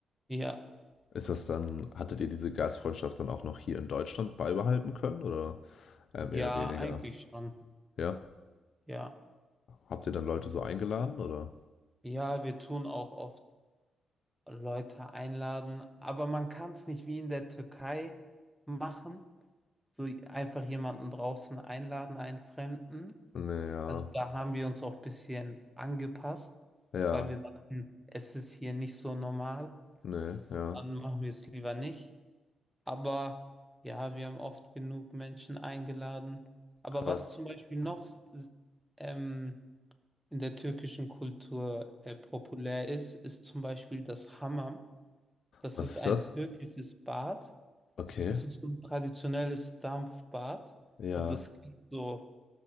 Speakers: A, in the centre; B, on the left (about 60°).
A: Ja,
B: Ist das dann, hattet ihr diese Gastfreundschaft dann auch noch hier in Deutschland beibehalten können oder ähm,
A: ja,
B: eher weniger?
A: eigentlich schon.
B: Ja?
A: Ja,
B: Habt ihr dann Leute so eingeladen oder?
A: ja, wir tun auch oft Leute einladen, aber man kann es nicht wie in der Türkei machen so einfach jemanden draußen einladen, einen Fremden.
B: Nee, ja,
A: Also da haben wir uns auch ein bisschen angepasst,
B: ja,
A: weil wir dachten, es ist hier nicht so normal,
B: nee, ja,
A: dann machen wir es lieber nicht. Aber ja, wir haben oft genug Menschen eingeladen. Aber
B: krass.
A: was zum Beispiel noch ähm, in der türkischen Kultur äh, populär ist, ist zum Beispiel das Hammam. Das
B: Was
A: ist ein
B: ist das?
A: türkisches Bad.
B: Okay,
A: Das ist so ein traditionelles Dampfbad
B: ja,
A: und das geht so